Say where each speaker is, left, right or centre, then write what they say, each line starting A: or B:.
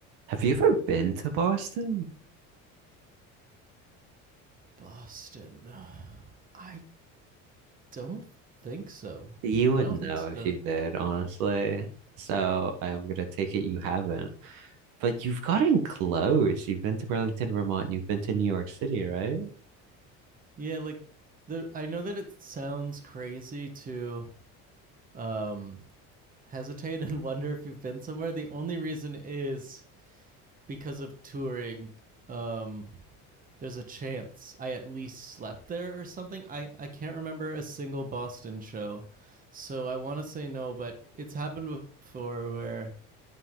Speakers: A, on the right; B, on the right.
A: Have you ever been to Boston?
B: Boston. I don't think so.
A: You would
B: I don't
A: know
B: think so.
A: if you did, honestly. So I'm gonna take it you haven't. But you've gotten close. You've been to Burlington, Vermont. You've been to New York City, right?
B: Yeah, like the I know that it sounds crazy to um hesitate and <laughs> wonder if you've been somewhere. The only reason is because of touring. Um, there's a chance I at least slept there or something. I, I can't remember a single Boston show. So I want to say no, but it's happened before where